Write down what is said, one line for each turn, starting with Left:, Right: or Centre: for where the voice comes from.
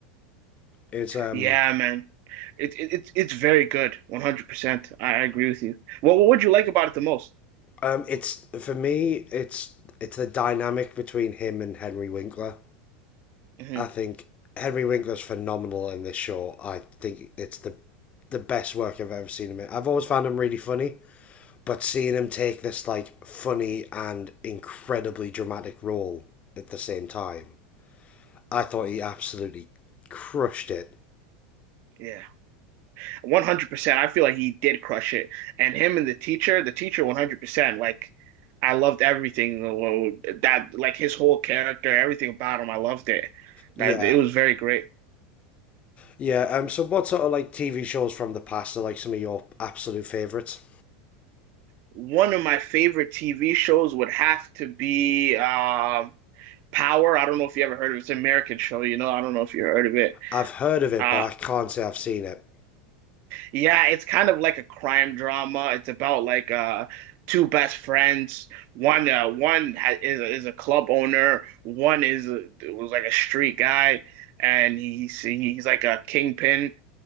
Left: It's um
Right: Yeah, man. It, it it's it's very good. One hundred percent. I I agree with you. Well, what would you like about it the most?
Left: um it's for me it's it's the dynamic between him and Henry Winkler.
Right: hmm
Left: I think Henry Winkler's phenomenal in this show. I think it's the the best work I've ever seen him in. I've always found him really funny, but seeing him take this like funny and incredibly dramatic role at the same time, I thought he absolutely crushed it.
Right: Yeah, one hundred percent. I feel like he did crush it, and him and the teacher, the teacher, one hundred percent. Like, I loved everything Lo- that, like his whole character, everything about him. I loved it. That
Left: Yeah,
Right: it was very great.
Left: yeah. Um. So, what sort of like TV shows from the past are like some of your absolute favorites?
Right: One of my favorite TV shows would have to be um Power. I don't know if you ever heard of it. It's an American show, you know. I don't know if you heard of it.
Left: I've heard of it,
Right: Uh,
Left: but I can't say I've seen it.
Right: Yeah, it's kind of like a crime drama. It's about like uh two best friends. One uh one ha is is a club owner. One is a, was like a street guy, and he, he's he's like a kingpin.